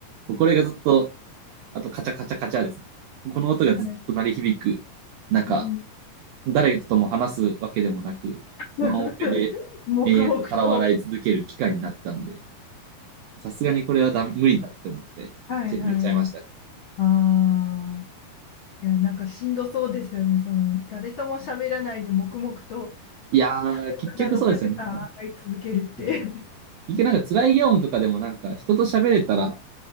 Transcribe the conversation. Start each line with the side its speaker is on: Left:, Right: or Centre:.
Right: な。これがずっとあとカチャカチャカチャですね。この音がずっと鳴り響く中、
Left: はい。うん。
Right: 誰とも話すわけでもなく、
Left: <laughs>
Right: ワンオペで永遠と皿を洗い続ける機会になったんで、
Left: 黙々と。
Right: さすがにこれはダメ無理だって思って、
Left: はいはい。
Right: ちめちゃいましたね。
Left: ああ。いや、なんかしんどそうですよね。その、誰とも喋らないで黙々と、
Right: いやー、
Left: ただ6時間会い続けるって。
Right: 結局そうですよね。なんか、うん、
Left: <laughs>
Right: 結局なんか辛い業務とかでもなんか人と喋れたら、